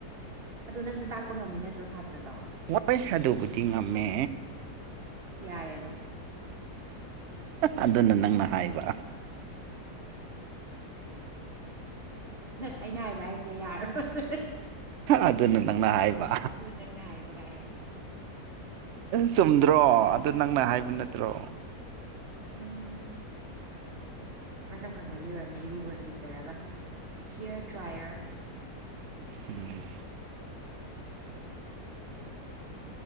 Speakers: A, on the right; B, on the right.
A: ꯑꯗꯣ ꯅꯪꯁꯨ ꯇꯥꯛꯄ ꯉꯝꯃꯤ ꯅꯠꯇ꯭ꯔꯣ ꯁꯥꯇ꯭ꯔꯗꯣ꯫
B: <unintelligible> ꯑꯗꯨꯕꯨꯗꯤ ꯉꯝꯃꯦ꯫
A: ꯌꯥꯔꯦꯑꯗꯣ꯫
B: ꯑꯗꯨꯅ ꯅꯪꯅ ꯍꯥꯏꯕ꯫
A: ꯑꯩꯅ ꯍꯥꯏꯕ ꯍꯥꯏꯁꯦ ꯌꯥꯔꯥꯕꯅꯦ꯫
B: ꯑꯗꯨꯅ ꯅꯪꯅ ꯍꯥꯏꯕ꯫
A: ꯑꯗꯨꯅ ꯅꯪꯅ ꯍꯥꯏꯕ ꯀꯥꯏ
B: ꯆꯨꯝꯗ꯭ꯔꯣ ꯑꯗꯨ ꯅꯪꯅ ꯍꯥꯏꯕ ꯅꯠꯇ꯭ꯔꯣ꯫
A: ꯎꯝ꯫ ꯃꯁꯝ ꯀꯪꯍꯜꯂꯤ ꯑꯣꯏꯔꯝꯅꯤ ꯏꯔꯨꯒ ꯂꯨꯖꯔꯒ ꯍꯤꯌꯔ ꯗ꯭ꯔꯥꯏꯌꯔ꯫
B: ꯎꯝ꯫